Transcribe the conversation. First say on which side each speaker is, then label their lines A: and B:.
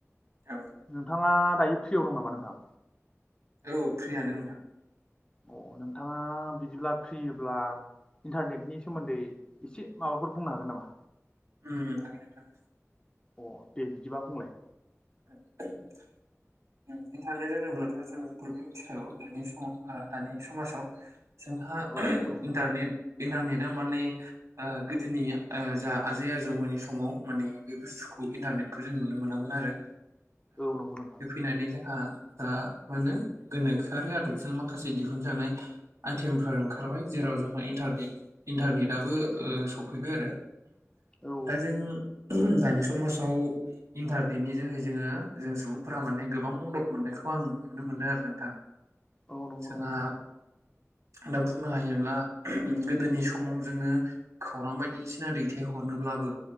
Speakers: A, on the right; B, on the left.
A: औ
B: नोंथाङा दायो फ्रियाव दं नामा नोंथां?
A: औ फ्रियानो नोंथां।
B: अ नोंथाङा बिदिब्ला फ्रियोब्ला इन्टारनेटनि सोमोन्दै एसे माबाफोर बुंनो हागोन नामा?
A: उम उम हागोन नोंथां।
B: अ दे बिदिबा बुंलाय।
A: <unintelligible> इन्टारनेट होनोब्लाथ' जों बयबो मिथिखागौ नोंनि सम दानि समाजाव जोंहा
B: औ नंगौ नंगौ नोंथां
A: इन्टारनेट इन्टारनेटआ माने ओ गोदोनि ओ जा आजै आजौमोननि समाव माने बे बुस्थुखौ बे इन्टारनेटखौ जों नुनो मोनामोन आरो।
B: औ नंगौ नोंथा।
A: माने जोहा दा बेनो गोनोखोयारि आदबजों माखासे दिहुनजानाय आइथेम फोर ओंखारबाय जेराव जोंहा इन्टारनेट इन्टारनेटआबो ओ सफैबाय आरो।
B: औ
A: दा जों दानि समाजाव इन्टारनेटनि जोहै जोङो जों सुबुं फोरा माने गोबां मदद मोननायखौ आं नुनो मोनदों आरो नोंथां।
B: औ नंगौ
A: जोंहा
B: नंगौ नोंथां
A: दा बुंनो हायोब्ला गोदोनि समाव जोङो खौरां बायदिसिना दैथायहरनोब्लाबो